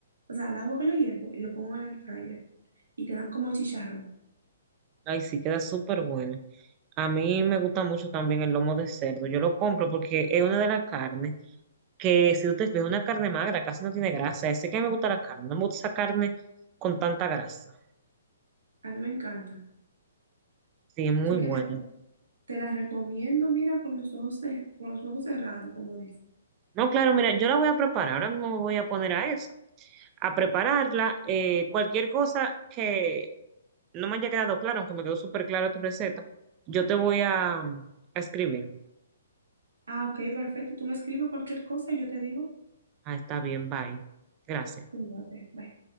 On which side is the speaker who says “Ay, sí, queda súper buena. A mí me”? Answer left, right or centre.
Right